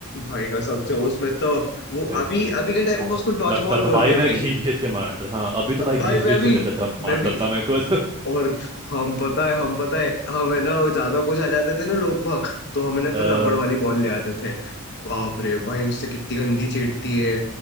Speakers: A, on the left; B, on the right.
A: भाई कसम से उसमें तो वो
B: भाई
A: अभी
B: साहब,
A: अभी के टाइम
B: बहुत
A: पे उसको डॉज
B: लगता
A: बॉल बोलते
B: था भाई
A: हैं
B: मैं
A: भाई
B: घींच घींच के मारता था हाँ अभी तो भाई घींच
A: भाई मैं
B: घींच
A: भी
B: के देता था मारता
A: मैं भी
B: था मैं को
A: और हम पता है हम पता है हमें ना ज्यादा कुछ आ जाते थे ना लोग भग तो हमें ना
B: <laughs>
A: फिर रबड़ वाली बॉल ले आते थे बाप रे भाई उससे कितनी गंदी चीटती है